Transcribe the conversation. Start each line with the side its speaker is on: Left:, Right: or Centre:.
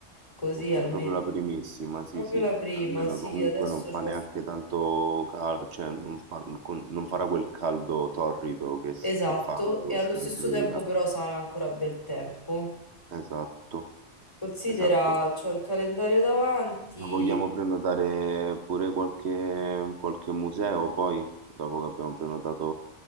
Left: così
Right: ok,
Left: almeno.
Right: proprio la primissima, sì,
Left: Proprio
Right: sì.
Left: la prima,
Right: Almeno
Left: sì,
Right: comunque
Left: adesso
Right: non fa
Left: c'ho...
Right: neanche tanto caldo, cioè non, fa- con- non farà quel caldo torrido che, s-
Left: Esatto,
Right: che fa agosto
Left: e allo stesso
Right: in teoria.
Left: tempo però sarà ancora bel tempo.
Right: Esatto,
Left: Considera,
Right: esatto.
Left: c'ho il calendario davanti.
Right: Ma vogliamo prenotare pure qualche, qualche museo poi, dopo che abbiamo prenotato,